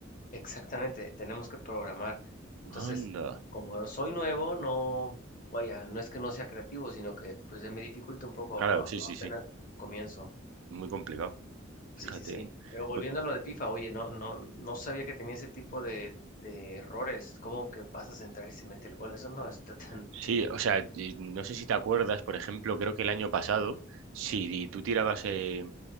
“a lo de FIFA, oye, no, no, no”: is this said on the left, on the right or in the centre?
Left